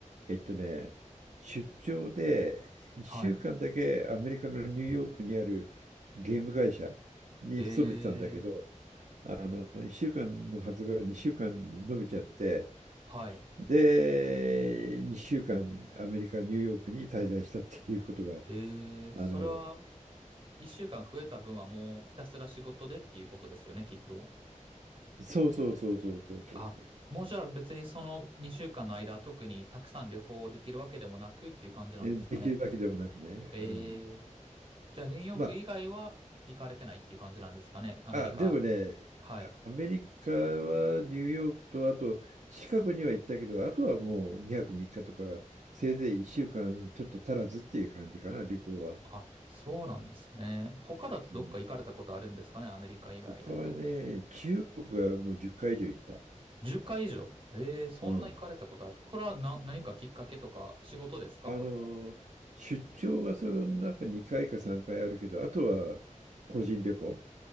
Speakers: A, on the right; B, on the right.
A: えっとね、出張で1週間だけアメリカのニューヨークにあるゲーム会社に勤めてたんだけど、
B: はい。えー、
A: あの1週間のはずが2週間に伸びちゃって、
B: はい。
A: で、2週間アメリカ、ニューヨークに滞在したっていうことが、
B: ええ、それは、
A: あの、
B: 一週間増えた分はもうひたすら仕事でっていうことですよね、きっと。
A: そうそうそうそうそうそうそう、
B: あ、もうじゃあ別にその2週間の間、特にたくさん旅行できるわけでもなくっていう感じなんですかね。
A: えできるわけでもなくね。
B: ええ、
A: うん
B: じゃあニューヨーク以外は行かれてないっていう感じなんですかね、
A: まあ、
B: アメリカ。
A: あ、でもね、
B: はい。
A: あアメリカはニューヨークと、あとシカゴには行ったけど、あとはもう2泊3日とか、せいぜい1週間ちょっと足らずっていう感じかな、旅行は。
B: あ、そうなんですね。他だとどっか行かれたことあるんですかね、
A: うん。
B: アメリカ以外だと。
A: 他はね、中国がもう10回以上行った。
B: 10回以上。ええ、そんな行かれたことある。
A: うん。
B: これはな、何かきっかけとか仕事ですか、
A: あの、
B: これも。
A: 出張がその中2回か3回あるけど、あとは個人旅行。